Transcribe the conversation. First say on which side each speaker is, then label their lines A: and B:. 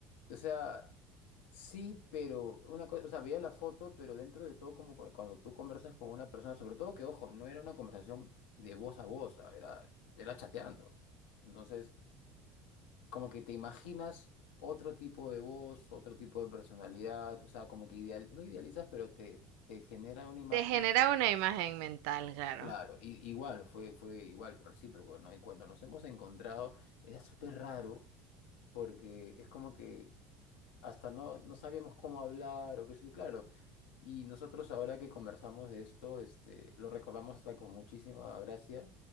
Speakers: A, on the left (about 80°); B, on the right (about 75°).
A: O sea, Sí, pero una cosa, o sea, veía la foto, pero dentro de todo, como cu- cuando tú conversas con una persona, sobre todo que, ojo, no era una conversación de voz a voz, ah, era, era chateando. Entonces, como que te imaginas otro tipo de voz, otro tipo de personalidad, o sea, como que ideal, no idealizas, pero te, te genera una imagen,
B: Te generaba una imagen mental, claro.
A: claro, i- igual, fue, fue igual, recíproco, ¿no? Y cuando nos hemos encontrado, era súper raro, porque es como que hasta no, no sabíamos cómo hablar o qué sé yo, claro. Y nosotros ahora que conversamos de esto, este, lo recordamos hasta con muchísima gracia,